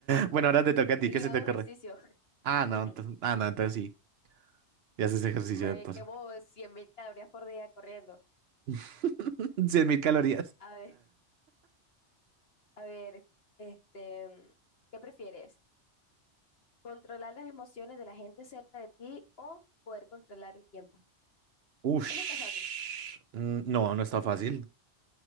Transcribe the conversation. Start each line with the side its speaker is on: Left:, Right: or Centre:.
Right: Bueno, ahora te toca a ti,
Left: y
Right: ¿qué se
Left: hago
Right: te ocurre?
Left: ejercicio.
Right: Ah,
Left: <laughs>
Right: no, ento- ah, no, entonces sí, ya haces ejercicio
Left: Me
Right: de paso.
Left: quemo 100.000 calorías por día corriendo.
Right: <laughs> cien mil calorías.
Left: A ver, a ver, este, ¿qué prefieres? ¿Controlar las emociones de la gente cerca de ti o poder controlar el tiempo?
Right: Ush.
Left: Ese está fácil.
Right: Mm, No, no está fácil.